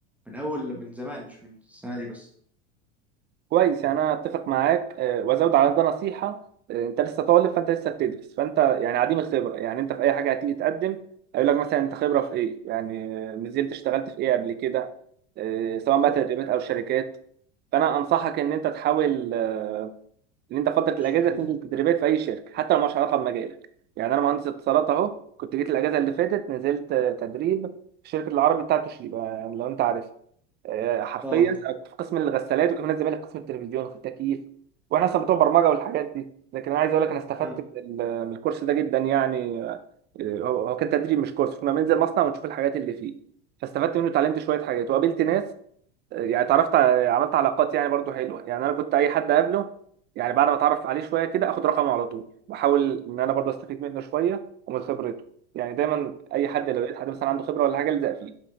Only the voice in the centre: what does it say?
من اول من زمان مش من السنه دي بس
بالظبط
شهاده
اه
آه.
أيوة.